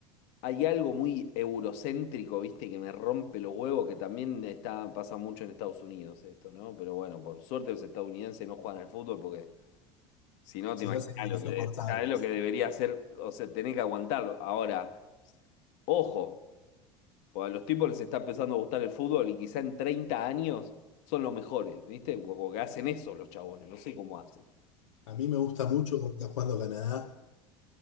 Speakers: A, on the left; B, on the left.
A: hay algo muy eurocéntrico, viste, que me rompe los huevos, que también está, pasa mucho en Estados Unidos esto, ¿no? Pero bueno, por suerte los estadounidenses no juegan al fútbol porque si no
B: si
A: te imaginas
B: no serían
A: lo
B: insoportables.
A: que es, es lo que debería hacer, o sea, tenés que aguantarlo. Ahora, ojo. Porque a los tipos les está empezando a gustar el fútbol y quizá en 30 años son los mejores, ¿viste? Porque hacen eso los chabones, no sé cómo hacen.
B: A mí me gusta mucho cómo está jugando Canadá.